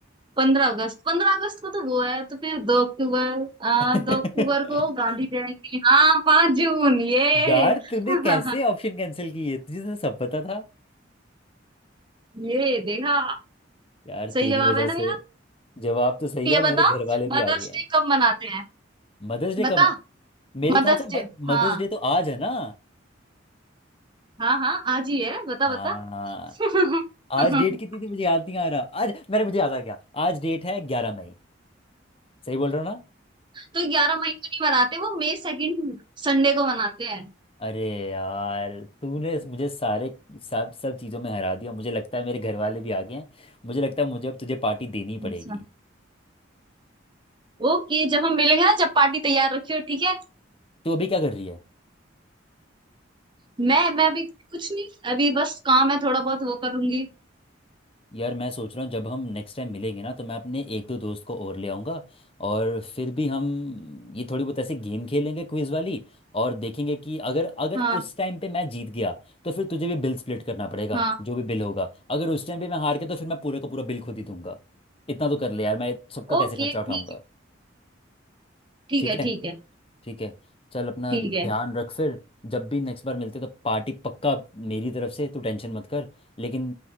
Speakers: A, on the right; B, on the left.
A: पंद्रह अगस्त पंद्रह अगस्त को तो वो है तो फिर दो अक्टूबर आ,
B: <laughs>
A: दो अक्टूबर को गांधी जयंती हाँ पांच जून ये
B: यार तूने
A: <laughs>
B: कैसे ऑप्शन कैंसिल किए तुझे तो सब पता था
A: ये देखा
B: यार
A: सही
B: तेरी
A: जवाब
B: वजह
A: है
B: से
A: ना मेरा
B: जवाब तो सही
A: तो
B: है
A: ये
B: और
A: बता
B: मेरे घर वाले भी
A: मदर्स
B: आ गए हैं
A: डे कब मनाते हैं
B: मदर्स डे
A: बता
B: कब मेरे
A: मदर्स
B: ख्याल से
A: डे हाँ
B: मदर्स डे तो आज है ना
A: हाँ हाँ आज ही है बता
B: हाँ
A: बता <laughs>
B: आज डेट कितनी थी मुझे याद नहीं आ रहा आज मेरे मुझे याद आ गया आज डेट है ग्यारह मई सही बोल रहा हूँ ना
A: तो ग्यारह मई को नहीं मनाते वो मई सेकंड संडे को मनाते हैं
B: अरे यार तूने मुझे सारे सब सब चीज़ों में हरा दिया मुझे लगता है मेरे घर वाले भी आ गए हैं मुझे लगता है मुझे अब तुझे पार्टी देनी
A: अच्छा
B: पड़ेगी
A: ओके जब हम मिलेंगे ना जब पार्टी तैयार रखियो ठीक है
B: तो अभी क्या कर रही है
A: मैं मैं अभी कुछ नहीं अभी बस काम है थोड़ा बहुत वो करूंगी
B: यार मैं सोच रहा हूँ जब हम नेक्स्ट टाइम मिलेंगे ना तो मैं अपने एक दो दोस्त को और ले आऊँगा और फिर भी हम ये थोड़ी बहुत ऐसे गेम खेलेंगे क्विज वाली और देखेंगे कि अगर अगर
A: हाँ
B: उस टाइम पे मैं जीत गया तो फिर तुझे भी बिल स्प्लिट करना पड़ेगा
A: हाँ
B: जो भी बिल होगा अगर उस टाइम पे मैं हार गया तो फिर मैं पूरे का पूरा बिल खुद ही दूंगा इतना तो कर ले यार मैं सबका कैसे
A: ओके
B: खर्चा
A: ठीक
B: उठाऊंगा
A: है
B: ठीक है
A: ठीक है
B: ठीक है चल अपना
A: ठीक
B: ध्यान
A: है
B: रख फिर जब भी नेक्स्ट बार मिलते तो पार्टी पक्का मेरी तरफ से तू टेंशन मत कर लेकिन